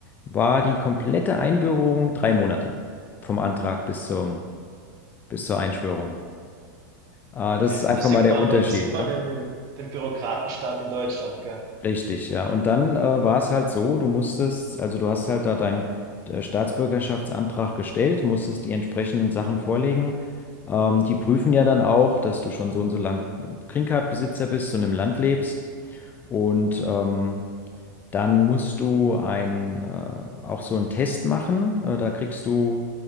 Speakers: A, on the left; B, on the right.
A: war die komplette Einbürgerung drei Monate vom Antrag bis zum, bis zur Einschwörung. Äh,
B: Okay,
A: das ist einfach
B: da sieht
A: mal der
B: man
A: Unterschied,
B: mal, da sieht
A: ne?
B: man den, den, den Bürokratenstaat in Deutschland, gell?
A: Richtig, ja. Und dann äh, war es halt so, du musstest, also du hast halt da deinen äh, Staatsbürgerschaftsantrag gestellt, musstest die entsprechenden Sachen vorlegen. Ähm, die prüfen ja dann auch, dass du schon so und so lang Green Card-Besitzer bist und im Land lebst. Und ähm, dann musst du ein, äh, auch so einen Test machen. Äh, da kriegst du